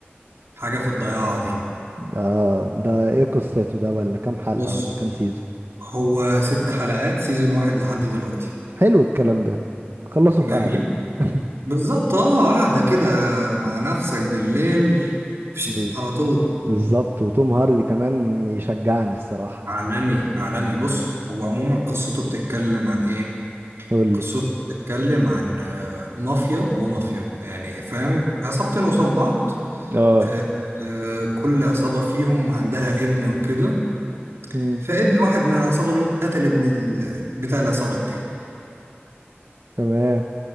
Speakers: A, on the right (about 80°); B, on the right (about 60°).
A: حاجه في الضياع دي
B: اه ده ايه قصته ده ولا كام حلقة
A: بص
B: ولا كام سيزون
A: هو ست حلقات سيزون واحد لحد دلوقتي
B: حلو الكلام ده خلصوا
A: جميل
B: في قعدة <laughs>
A: بالظبط اه قاعدة كده مع نفسك بالليل فشت،
B: بز-
A: على طول
B: بالظبط وتوم هاردي كمان يشجعني الصراحة
A: عالمي عالمي بص هو عموما قصته بتتكلم عن ايه؟
B: يقول
A: قصته
B: لي
A: بتتكلم عن آه، مافيا ومافيا يعني فاهم عصابتين قصاد بعض
B: اه
A: آه، آه، كل عصابة فيهم عندها ابن وكده
B: مم.
A: فابن واحد من العصابة دي قتل ابن ال- بتاع العصابة التاني
B: تمام